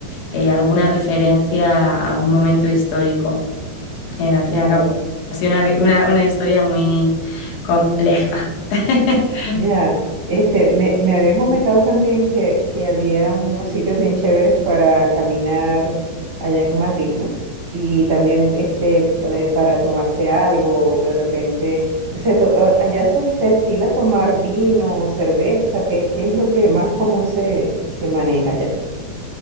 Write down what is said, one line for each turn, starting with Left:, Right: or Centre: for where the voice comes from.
Left: eh, alguna referencia a un momento histórico. Eh, al fin
Right: claro.
Left: y al cabo, ha sido una, ri- una una historia muy compleja. <laughs>
Right: Ya, este, me, me habían comentado también que, que había unos sitios bien chéveres para caminar allá en Madrid, ¿no? Y también este, eh, para tomarse algo, de repente, o sea, to- a- allá se, se estila tomar vino, cerveza, ¿qué, qué es lo que más común se, se maneja allá?